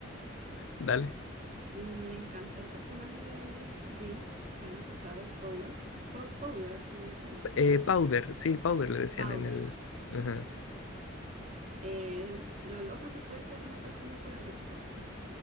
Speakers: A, on the left (about 80°); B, on the right (about 35°).
A: Dale.
B: Mm, Me encantó el personaje Jinx. Bueno, tú sabes, Power. Pow- Powder se dice, ¿no?
A: Eh,
B: Powder.
A: powder, sí, powder le decían
B: Powder.
A: en el... Ajá.
B: Eh, lo loca que puede quedar una persona por el rechazo.